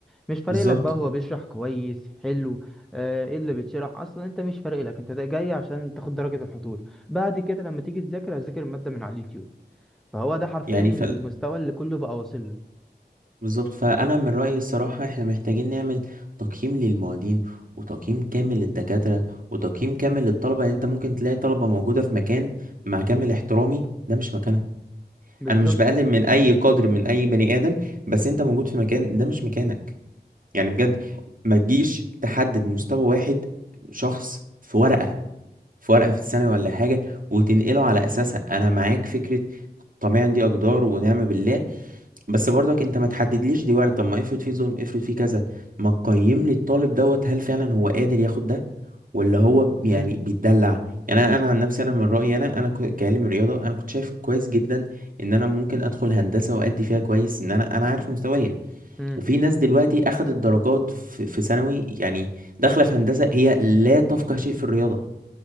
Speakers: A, in the centre; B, on the right (about 50°).
A: مش فارق
B: بالظبط
A: لك بقى هو بيشرح كويس حلو آه، ايه اللي بيتشرح اصلا انت مش فارق لك انت ده جاي عشان تاخد درجة الحضور بعد كده لما تيجي تذاكر هتذاكر المادة من على اليوتيوب فهو ده حرفيا
B: يعني
A: المستوى
B: ف...
A: اللي كله بقى واصل له
B: بالظبط فأنا من رأيي الصراحة احنا محتاجين نعمل تقييم للمعيدين وتقييم كامل للدكاترة وتقييم كامل للطلبة يعني انت ممكن تلاقي طلبة موجودة في مكان مع كامل احترامي ده مش مكانهم
A: بالظبط
B: انا مش بقلل من اي قدر من اي بني آدم بس انت موجود في مكان ده مش مكانك يعني بجد ما تجيش تحدد مستوى واحد شخص في ورقة في ورقة في الثانوي ولا حاجة وتنقله على أساسها أنا معاك فكرة طبيعي دي أقدار ونعم بالله بس برضك انت ما تحددليش دي وارد طب ما افرض فيه ظلم افرض فيه كذا ما تقيم لي الطالب دوت هل فعلا هو قادر ياخد ده ولا هو يعني
A: امم
B: بيتدلع يعني انا انا عن نفسي انا من رايي انا انا كو- كعلم رياضه انا كنت شايف كويس جدا ان انا ممكن ادخل هندسه وادي فيها كويس ان انا انا عارف مستوايا
A: امم.
B: وفي ناس دلوقتي اخدت درجات في في ثانوي يعني داخله في هندسه هي لا تفقه شيء في الرياضه